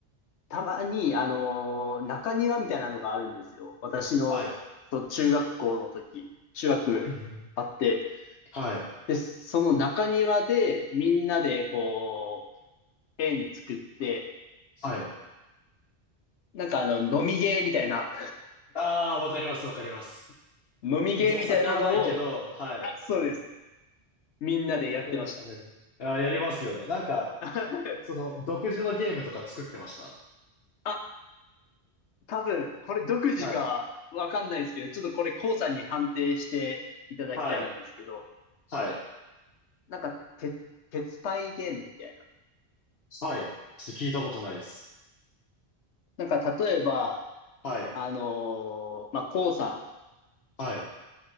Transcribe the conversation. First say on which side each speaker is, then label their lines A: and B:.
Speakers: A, on the left; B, on the left.
A: たまに、あのー中庭みたいなのがあるんですよ。私の、
B: はい。
A: そう中学校の時、中学あって、
B: うんうんはい。
A: で、その中庭で、みんなで、こう、円作って、
B: はい。
A: なんかあの、飲みゲーみたいな、
B: ああ、わかります、わかります。
A: <laughs> 飲みゲーみたいなのを、
B: 別にお酒はないけど、はい。
A: あ、そうです。みんなでやってました。
B: わかります、わかります。ああ、やりますよね。なんか、
A: <laughs>
B: その、独自のゲームとか作ってました。
A: あ、多分、これ独自かわかんないですけど、
B: はい。
A: ちょっとこれ、コウさんに判定していただきたいんですけど、
B: はい。はい。
A: なんか、鉄、鉄パイゲームみたいな。
B: はい。ちょっと聞いたことないです。
A: なんか、例えば、
B: はい。
A: あのーまあ、コウさ
B: はい。